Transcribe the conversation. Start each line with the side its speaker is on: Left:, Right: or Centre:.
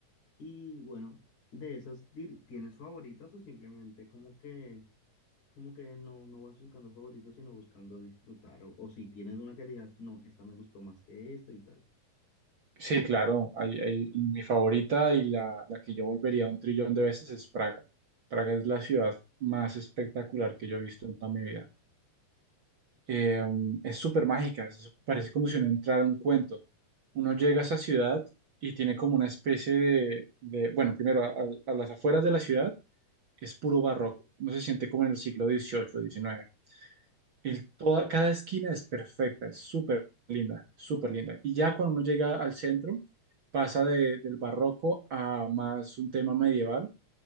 Left: Y bueno, de esas, dir- ¿tienes favoritas o simplemente como que, como que no, no vas buscando favoritos, sino buscando disfrutar? O, o si tienes una que digas, no, esta me gustó más que esta y tal.
Right: sí, claro. Hay, hay- mi favorita y la, la que yo volvería un trillón de veces es Praga. Praga es la ciudad más espectacular que yo he visto en toda mi vida. Eh, es súper mágica, es- parece como si uno entrara a un cuento. Uno llega a esa ciudad y tiene como una especie de, de- bueno, primero a, a- las afueras de la ciudad es puro barroco. uno se siente como en el siglo XVIII, XIX. Y toda, cada esquina es perfecta, es súper linda, súper linda. Y ya cuando uno llega al centro, pasa de- del barroco a más un tema medieval.